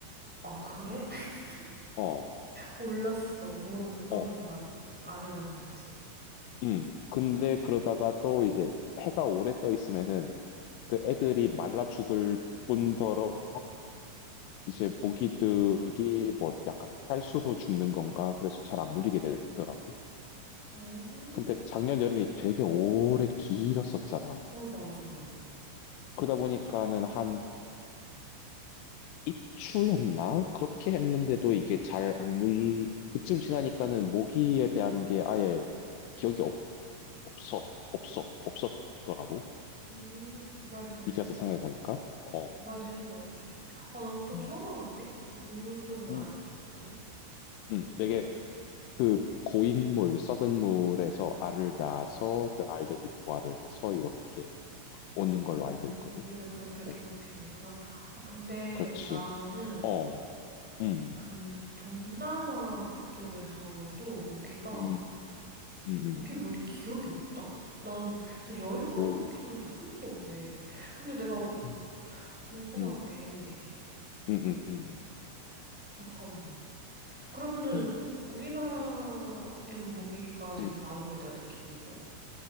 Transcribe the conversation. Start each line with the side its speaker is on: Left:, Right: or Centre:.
Centre: 아, 그래? <laughs>
Left: 어,
Centre: 몰랐어. 물 웅덩이에서
Left: 어.
Centre: 아- 알을 낳는지.
Left: 음. 근데 그러다가 또 이제 해가 오래 떠 있으면은 그 애들이 말라 죽을 뿐더러 이제 모기들이 뭐 약간 칼수로 죽는 건가 그래서 잘 안 물리게 되더라고.
Centre: 어,
Left: 근데 작년 여름이 되게 오래 길었었잖아.
Centre: 어, 맞아, 맞아.
Left: 그러다 보니까는 한 입추였나? 그렇게 했는데도 이게 잘 안 물, 그쯤 지나니까는 모기에 대한 게 아예 기억이 없, 없어, 없어, 없었더라고.
Centre: 음, 말 되네.
Left: 이제 와서 생각해보니까. 어.
Centre: 말 되는 것 같아. 아, 난 또
Left: 음.
Centre: 처음 알았네? 물 속에서
Left: 음,
Centre: 알을 낳는 거는?
Left: 음, 되게 그 고인물, 썩은 물에서 알을 낳아서 그 알들이 부화를 해서 이렇게 오는 걸로
Centre: 우리를
Left: 알고 있거든.
Centre: 우리를 그렇게 괴롭히는구나.
Left: 어,
Centre: 아, 근데
Left: 그렇지.
Centre: 나는
Left: 어, 음,
Centre: 그 동남아 그쪽에서도 모기가,
Left: 음, 음, 음,
Centre: 모기 물린 기억이 없다? 나는 진짜 여행 가서
Left: 오,
Centre: 모기 물린 적한 번도 없네. 근데 내가
Left: 음,
Centre: 궁금한
Left: 음,
Centre: 게,
Left: 음, 음, 음,
Centre: 잠깐만. 그러면은
Left: 음,
Centre: 우리나라에는 모기가 되게
Left: 음.
Centre: 많은 걸 내가 느끼고 있고,